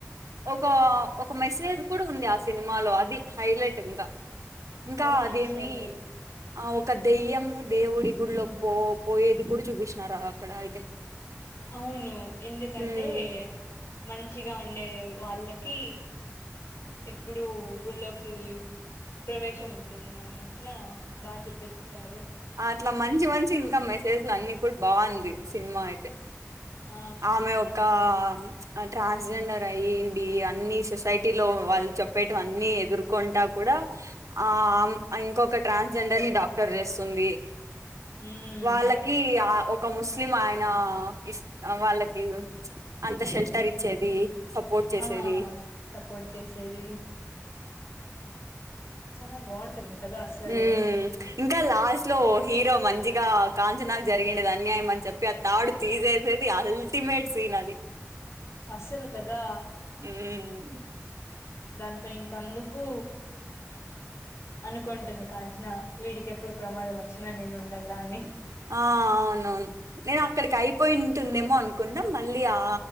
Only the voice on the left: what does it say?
అవును
అసలు
అవును ఎందుకంటే
మంచ్ మంచిగా ఉండే వాళ్ళకి ఎప్పుడుూ గుళ్ళోకి ప్రవేశం ఉంట్ టుందనట్లా బాగా చూపించారు.
ఆ
ఉమ్
ఆ సపోర్ట్ చేసేది చాల బాగుంటుంది కదా అస్సలు
అసలు కదా.
దాంతో ఇంకా ఇంకందుకు అనుకొంటుంది కాంచనా వీడికి ఎప్పుడు ప్రమాదం వచ్చినా నేను ఉండలా అని